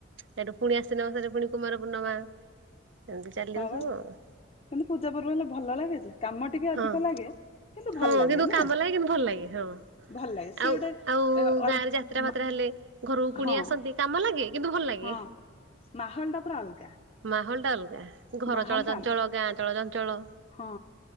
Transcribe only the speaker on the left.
ହଁ ବା
କିନ୍ତୁ ପୂଜା ପର୍ବ ହେଲେ ଭଲ ଲାଗେ ଯେ। କାମ ଟିକେ ଅଧିକ
ଲାଗେ କିନ୍ତୁ ଭଲ
ଲାଗେ
ନା
ଭଲ ଲାଗେ ସିଏ
ଗୋଟେ
ଏ ଅଲ
ମା
ହଁ
ହଁ। ମାହୋଲ ଟା ପୁରା ଅଲଗା।
ମାହୋଲ
ଟା ଅଲଗା
ହଁ